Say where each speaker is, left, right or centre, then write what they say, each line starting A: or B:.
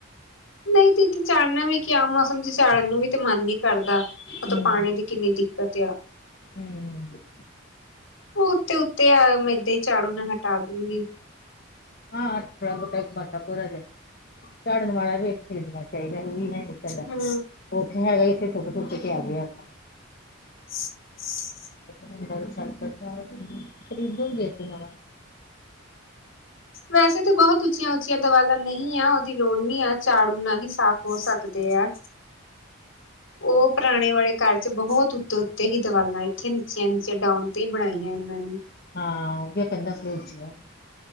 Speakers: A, on the left (about 70°); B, on the left (about 45°).
A: ਨਈ ਤੇ ਇੱਥੇ ਚਾੜਨਾ ਵੀ ਕਿ ਆਮ ਮੌਸਮ ਚ ਚਾੜ੍ਹਨ ਨੂੰ ਵੀ ਤੇ ਮਨ ਨੀ ਕਰਦਾ ਮੰਤਵ
B: ਹੂੰ
A: ਪਾਨੀ ਦੀ ਕਿੰਨੀ ਦਿੱਕਤ ਏਆ।
B: <inaudible>
A: ਉਹ ਉੱਤੇ-ਉੱਤੇ ਐ ਮੈਂ ਏਦਾਂ ਹੀ ਝਾੜੂ ਨਾ ਹਟਾ ਦੂਗੀ।
B: ਹਾਂ <unintelligible> ਝਾੜਨ ਵਾਲਾ ਵੀ ਖਰੀਦਣਾ ਚਾਈਦਾ, ਉਹੀ ਵੀ ਹੈ ਨੀ ਸਾਡਾ
A: ਹੂੰ।
B: ਉੱਥੇ ਹੈਗਾ ਇੱਥੇ ਸੁੱਟ-ਸੁੱਟ ਕੇ ਆ ਗਏ ਆਪਾਂ।
A: <inaudible>
B: <unintelligible>
A: ਵੈਸੇ ਤਾਂ ਬੋਹਤ ਉੱਚੀਆਂ-ਉੱਚੀਆਂ ਦਵਾਲਾਂ ਨਹੀ ਐ, ਓਦੀ ਲੋੜ ਨੀ ਐ ਝਾੜੂ ਨਾਲ ਹੀ ਸਾਫ਼ ਹੋ ਸਕਦੇ ਆ। ਓ ਪੁਰਾਣੇ ਵਾਲੇ ਘਰ ਚ ਬੋਹਤ ਉੱਤੇ-ਉੱਤੇ ਹੀ ਦਵਾਲਾ, ਇੱਥੇ ਨੀਚਿਆਂ-ਨੀਚੀਆਂ ਡਾਉਣ ਤੇ ਹੀ ਬਣਾਈਆ ਇਨਾ ਨੇ।
B: ਹਾਂ <unintelligible>